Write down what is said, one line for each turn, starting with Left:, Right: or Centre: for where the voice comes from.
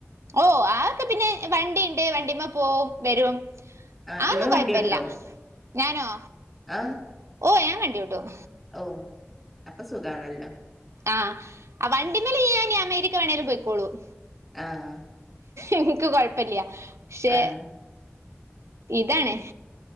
Right: ഓഹ്, അതൊക്കെ പിന്നെ വണ്ടിണ്ട്, വണ്ടിമ്മ പോവും വെരും.
Centre: ആഹ്
Right: അ
Centre: ഇങ്ങള്
Right: ഒന്നും കൊഴപ്പല്ല,
Centre: വണ്ടി ഓട്ടോ?
Right: ഞാനോ?
Centre: ആഹ്
Right: ഓഹ് ഞാൻ വണ്ടിവിടും.
Centre: ഓഹ് അപ്പൊ സുഖാണല്ലോ?
Right: ആഹ്, വണ്ടിമ്മല് ഞാന് ഇഞ് അമേരിക്ക വേണേലും പൊയിക്കോളും.
Centre: ആഹ്
Right: ഇൻക്ക് കൊഴപ്പല്യ പക്ഷെ
Centre: ആഹ്
Right: ഇതാണ്